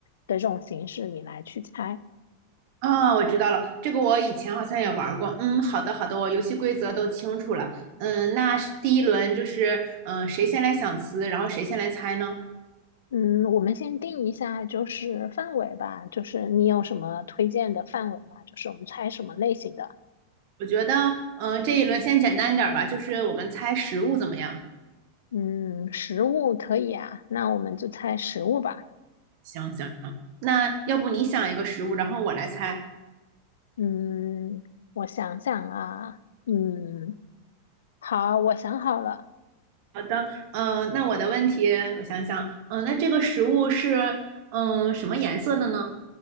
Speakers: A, on the left; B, on the right.
A: 的这种形式，你来去猜。
B: 啊，我知道了，这个我以前好像也玩过。嗯，好的，好的，我游戏规则都清楚了。嗯，那是第一轮就是，嗯、谁先来想词，然后谁先来猜呢？
A: 嗯，我们先定一下就是范围吧，就是你有什么推荐的范围吗？就是我们猜什么类型的？
B: 我觉得，嗯、这一轮先简单一点儿吧，就是我们猜食物怎么样？
A: 嗯，食物可以啊，那我们就猜食物吧。
B: 行行，那要不你想一个食物，然后我来猜。
A: 嗯，我想想啊，嗯，好，我想好了。
B: 好的，嗯、那我的问题，我想想，嗯、那这个食物是，嗯、什么颜色的呢？